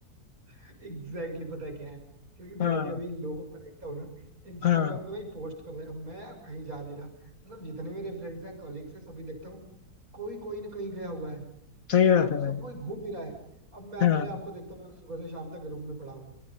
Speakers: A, on the right; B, on the left.
A: एग्जैक्टली exactly, पता है क्या है क्योंकि मैं
B: हाँ
A: भी अभी लोगों को देखता हूँ ना इंस्टाग्राम
B: हाँ
A: पे भाई पोस्ट कर रहे हैं अब मैं यार कहीं जा नहीं रहा मतलब जितने मेरे फ्रेंड्स हैं कॉलीग्स हैं सभी देखता हूँ कोई कोई ना कहीं गया हुआ है मतलब
B: सही बात
A: हर
B: है भाई
A: सब कोई घूम ही रहा है अब मैं अपने
B: हाँ
A: आप को देखता हूँ मैं सुबह से शाम तक रूम में पड़ा हूँ